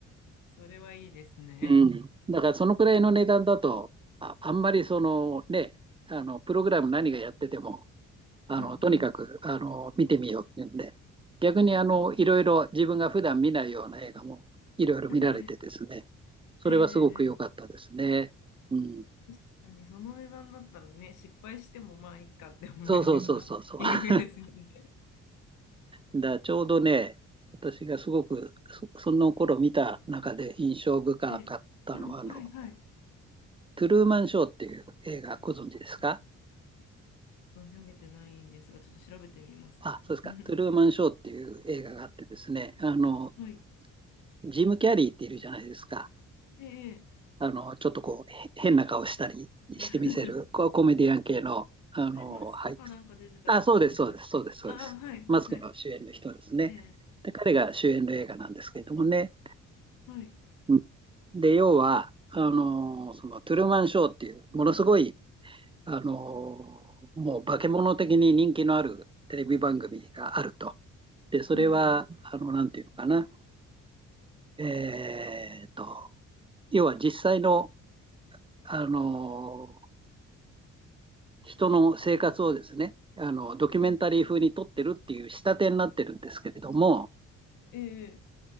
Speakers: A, on the left (about 90°); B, on the right (about 20°).
A: それはいいですね。
B: うん。だからそのくらいの値段だと、あ、あんまりそのね、あの、プログラム何がやってても、あの、
A: うん
B: とにかく、あの、見てみようっていうんで、逆にあの、いろいろ自分が普段見ないような映画もいろいろ見られてですね、
A: うん。ええ。
B: それはすごく良かったですね。
A: ええ。ええ。
B: うん。
A: 確かにその値段だったらね、失敗してもまあいいかって思えるような
B: そうそうそうそうそう。
A: <laughs> 金額ですよね。
B: <laughs> だからちょうどね、私がすごくそ、その頃見た中で印象深かったのは、
A: え、<laughs> あ、
B: あの、
A: はいはい。
B: トゥルーマンショーっていう映画ご存知ですか
A: 存じ上げてないんですが、ちょっと調べてみます。
B: あ、そうですか。
A: うん、
B: トゥルーマンショーっていう映画があってですね、あの、
A: はい。
B: ジム・キャリーっているじゃないですか。
A: ええ。ええ
B: あの、ちょっとこう、へ変な顔したりしてみせる、
A: <laughs>
B: こうコメディアン系の、あの、
A: あれ、マスクかなんか出てた方でしたっけああ、
B: 俳優さん。あ、そうです、そうです、そうです、そうです。
A: はい、
B: マスクの主演の人ですね。
A: はい。ええ、
B: で、彼が主演の映画なんですけれどもね。
A: はい。
B: うんで、要は、あの、そのトゥルーマンショーっていう、ものすごい、あの、もう化け物的に人気のあるテレビ番組があると。で、それは、
A: ええ、
B: あの、なんていうのかな。えーと、要は実際の、あの、人の生活をですね、あの、ドキュメンタリー風に撮ってるっていう仕立てになってるんですけれども、
A: うんええ、